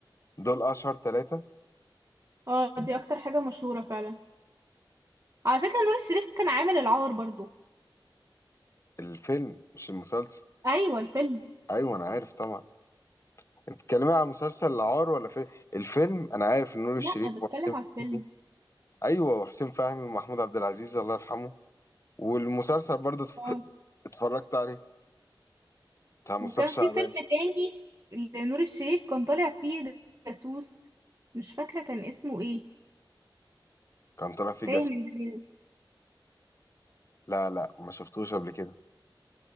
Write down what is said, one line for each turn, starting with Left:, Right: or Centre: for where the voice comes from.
Left: دول اشهر ثلاثة
Right: اه دي اكتر حاجة مشهورة فعلا على فكرة نور الشريف كان عامل العار برضو
Left: الفيلم مش المسلسل
Right: ايوه الفيلم
Left: ايوه انا عارف طبعا انت بتتكلمي عن مسلسل العار ولا فيلم الفيلم انا عارف إن نور الشريف
Right: لا بتكلم
Left: وحسين
Right: على الفيلم
Left: فهمي ايوه وحسين فهمي ومحمود عبد العزيز الله يرحمه والمسلسل برضه اتف-
Right: اه
Left: اتفرجت عليه بتاع مصطفى
Right: وكان
Left: شعبان
Right: في فيلم تاني لنور الشريف كان طالع فيه جاسوس مش فاكره كان اسمه ايه
Left: كان طالع فيه
Right: تايه
Left: جاسم
Right: من دماغي
Left: لا لا ما شفتوش قبل كده